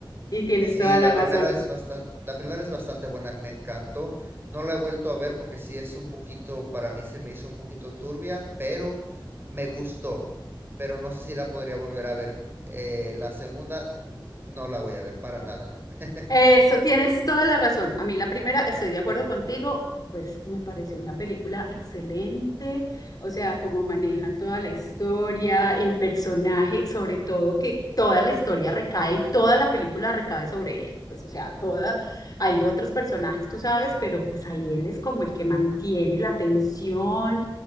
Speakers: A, on the left (about 50°); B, on the right (about 25°).
A: y tienes
B: Sí,
A: toda la
B: la
A: razón.
B: primera es bastante, la primera es bastante buena, me encantó. No la he vuelto a ver porque sí es un poquito, para mí se me hizo un poquito turbia, pero me gustó. Pero no sé si la podría volver a ver. Eh, la segunda n- no la voy a ver para nada. <laughs>
A: Eso, tienes toda la razón. A mí la primera, estoy de acuerdo contigo, pues me pareció una película excelente, o sea, cómo manejan toda la historia, el personaje, sobre todo que toda la historia recae, toda la película recae sobre él, pues o sea, toda, hay otros personajes, tú sabes, pero pues ahí él es como el que mantiene la tensión,